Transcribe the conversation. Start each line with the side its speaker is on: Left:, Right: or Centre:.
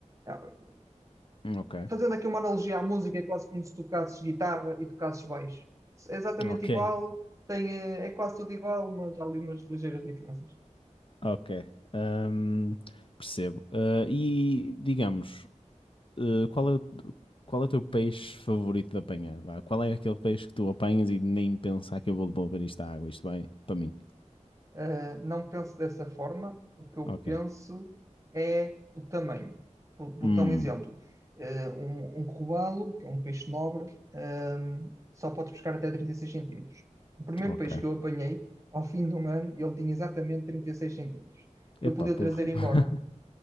Right: ah,
Left: hum, ok.
Right: fazendo aqui uma analogia à música, é quase como se tocasses guitarra e tocasses baixo. É exatamente
Left: Ok,
Right: igual, tem, eh, é quase tudo igual, mas há ali umas ligeiras diferenças.
Left: ok. Ahm, percebo. Ah, e digamos, ah, qual é o, qual é o teu peixe favorito de apanhar? vá? Qual é aquele peixe que tu apanhas e nem pensar que eu vou devolver isto à água? Isto bem? Para mim.
Right: Uh, não penso dessa forma. O que eu
Left: Ok.
Right: penso é o tamanho. Vou vou
Left: Hum,
Right: dar um exemplo. Uh, um, um robalo, que é um peixe nobre, um, só pode pescar até 36 centímetros. O primeiro
Left: ok.
Right: peixe que eu apanhei, ao fim de um ano, ele tinha exatamente 36 centímetros. Eu
Left: Epá,
Right: podia
Left: porra.
Right: o trazer embora.
Left: <laughs>